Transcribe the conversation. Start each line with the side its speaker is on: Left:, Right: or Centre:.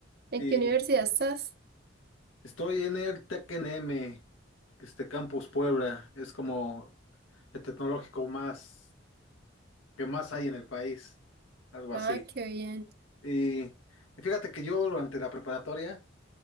Right: ¿En
Left: Y
Right: qué universidad estás?
Left: estoy en el TECNM, este Campus Puebla. Es como el tecnológico más. qué más hay en el país, algo
Right: Ah,
Left: así.
Right: qué bien.
Left: Y, y fíjate que yo durante la preparatoria,